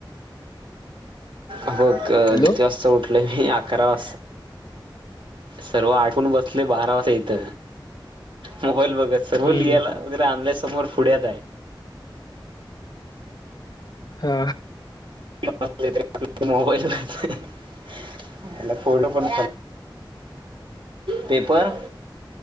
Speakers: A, on the right (about 75°); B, on the left (about 55°).
A: अ व्यतस्त
B: हॅलो
A: आप म आकरा वा सर्व आठवून बसले बारा वाज येत मोबाईल ब र्
B: हम्म
A: लिहा समोर फ पुड्यात आहे
B: हा
A: आपल्या मोबाईल यला फोटो पण पेपर